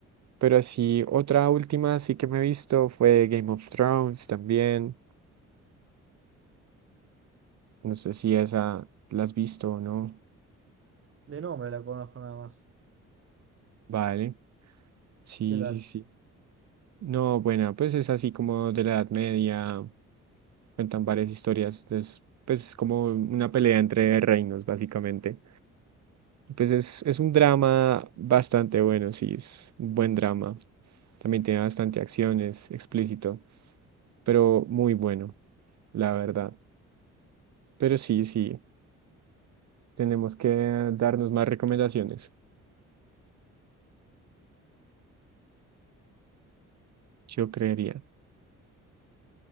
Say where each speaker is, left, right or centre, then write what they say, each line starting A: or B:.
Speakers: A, on the right (about 65°); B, on the right (about 45°).
A: Pero así, otra última sí que me he visto fue Game of Thrones también. No sé si esa la has visto o no.
B: De nombre la conozco nada más.
A: Vale. Sí,
B: ¿Qué tal?
A: sí, sí. No, bueno, pues es así como de la Edad Media. Cuentan varias historias. Es, pues es como una pelea entre reinos, básicamente. Pues es, es un drama bastante bueno, sí, es un buen drama. También tiene bastante acción, es explícito, pero muy bueno, la verdad. Pero sí, sí, tenemos que darnos más recomendaciones, yo creería.